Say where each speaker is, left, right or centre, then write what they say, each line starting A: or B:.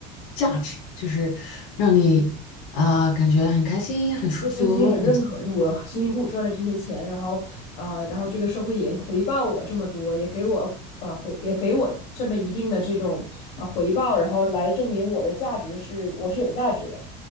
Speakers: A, on the left; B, on the left.
A: 价值，就是让你啊、呃感觉很开心、很舒服、
B: 你对自己很认可，
A: 很幸福
B: 就我辛辛苦苦赚了这些钱，然后呃，然后这个社会也回报我这么多，也给我付呃回也给我这么一定的这种啊、呃回报，然后来证明我的价值是我是有价值的。